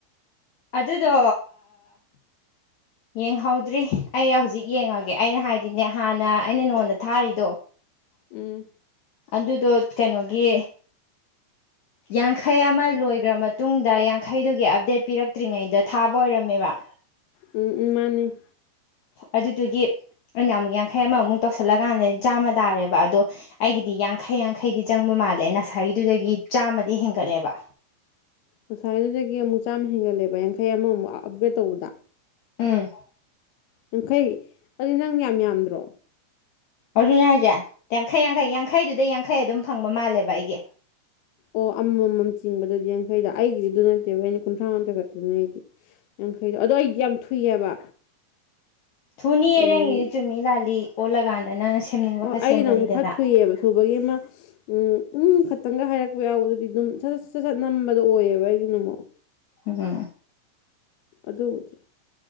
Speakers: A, on the left (about 80°); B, on the left (about 70°).
A: ꯑꯗꯨꯗꯣ ꯌꯦꯡꯍꯧꯗ꯭ꯔꯤ ꯑꯩ ꯍꯧꯖꯤꯛ ꯌꯦꯡꯉꯒꯦ ꯑꯩꯅ ꯍꯥꯏꯗꯤꯅꯦ ꯍꯥꯟꯅ ꯑꯩꯅ ꯅꯉꯣꯟꯗ ꯊꯥꯔꯤꯗꯣ
B: ꯎꯝ
A: ꯑꯗꯨꯗꯣ ꯀꯩꯅꯣꯒꯤ ꯌꯥꯡꯈꯩ ꯑꯃ ꯂꯣꯏꯈ꯭ꯔ ꯃꯇꯨꯡꯗ ꯌꯥꯡꯈꯩꯗꯨꯒꯤ ꯑꯞꯗꯦꯠ ꯄꯤꯔꯛꯇ꯭ꯔꯤꯉꯩꯗ ꯊꯥꯕ ꯑꯣꯏꯔꯝꯃꯦꯕ
B: ꯎꯝ ꯃꯥꯅꯤ
A: ꯑꯗꯨꯗꯨꯒꯤ ꯑꯩꯅ ꯑꯃꯨꯛ ꯌꯥꯡꯈꯩ ꯑꯃꯃꯨꯛ ꯇꯧꯁꯤꯜꯂꯀꯥꯟꯗ ꯆꯥꯝꯃ ꯇꯥꯔꯦꯕ ꯑꯗꯣ ꯑꯩꯒꯤꯗꯤ ꯌꯥꯡꯈꯩ ꯌꯥꯡꯈꯩꯗꯤ ꯆꯪꯕ ꯃꯥꯜꯂꯦ ꯉꯁꯥꯏꯒꯤꯗꯨꯗꯒꯤ ꯆꯥꯝꯃꯗꯤ ꯍꯦꯟꯒꯠꯂꯦꯕ
B: ꯉꯁꯥꯏꯗꯨꯗꯒꯤ ꯑꯃꯨꯛ ꯆꯥꯝꯃ ꯍꯦꯟꯒꯠꯂꯦꯕ ꯌꯥꯡꯈꯩ ꯑꯃꯃꯨꯛ ꯑꯞꯒꯦꯗ ꯇꯧꯕꯗ
A: ꯎꯝ
B: ꯌꯥꯡꯈꯩ ꯑꯗꯨ ꯅꯪ ꯌꯥꯝ ꯌꯥꯝꯗ꯭ꯔꯣ
A: ꯑꯗꯨꯅ ꯍꯥꯏꯁꯦ ꯌꯥꯡꯈꯩ ꯌꯥꯡꯈꯩ ꯌꯥꯡꯈꯩꯗꯨꯗ ꯌꯥꯡꯈꯩ ꯑꯗꯨꯝ ꯐꯪꯕ ꯃꯥꯜꯂꯦꯕ ꯑꯩꯒꯤ
B: ꯑꯣ ꯑꯃꯃꯝ ꯆꯤꯡꯕꯗꯗꯤ ꯌꯥꯡꯈꯩꯗ ꯑꯩꯒꯤꯁꯤꯗꯨ ꯅꯠꯇꯦꯕ ꯑꯩꯅ ꯀꯨꯟꯊ꯭ꯔꯥ ꯃꯊ ꯈꯛꯇꯅꯦ ꯑꯩꯗꯤ ꯌꯥꯡꯈꯩꯗꯣ ꯑꯗꯣ ꯑꯩꯗꯤ ꯌꯥꯝ ꯊꯨꯏꯑꯕ
A: ꯊꯨꯅꯤꯌꯦ
B: ꯎꯝ
A: ꯅꯪꯒꯤꯗꯤ ꯆꯨꯝꯃꯤ ꯂꯥꯜꯂꯤ ꯑꯣꯜꯂꯀꯥꯟꯗ ꯅꯪꯅ ꯁꯦꯝꯅꯤꯡꯕ
B: ꯑꯣ
A: ꯈꯔ
B: ꯑꯩꯒꯤꯅ
A: ꯁꯦꯝꯕꯅꯤꯗꯅ
B: ꯑꯃꯨꯛ ꯈꯔ ꯊꯨꯏꯑꯕ ꯊꯨꯕꯒꯤ ꯑꯃ ꯎꯝ ꯎꯝ ꯈꯛꯇꯪꯒ ꯍꯥꯏꯔꯛꯄ ꯌꯥꯎꯕꯗꯨꯗꯤ ꯑꯗꯨꯝ ꯁꯠ ꯁꯠ ꯁꯠ ꯁꯠ ꯗ ꯑꯣꯏꯌꯦꯕ ꯑꯩꯗꯤ ꯅꯃꯛ
A: ꯍꯝ
B: ꯑꯗꯨꯕꯨꯗꯤ